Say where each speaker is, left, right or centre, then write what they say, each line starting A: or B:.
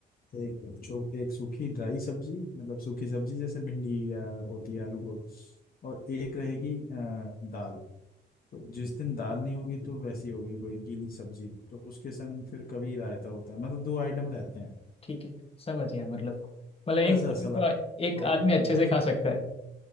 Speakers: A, on the left; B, on the left.
A: एक चो एक सूखी ड्राई सब्जी मतलब सूखी सब्जी जैसे भिंडी या होती है आलू गोभी और एक रहेगी अ, दाल तो जिस दिन दाल नहीं होगी तो वैसी होगी कोई गीली सब्जी तो उसके संग फिर कभी रायता होता है मतलब दो आइटम रहते हैं
B: ठीक है समझ गया मतलब मतलब एक
A: थोड़ा सा सलाद
B: तो एक
A: और
B: आदमी अच्छे
A: मिक्स।
B: से खा सकता है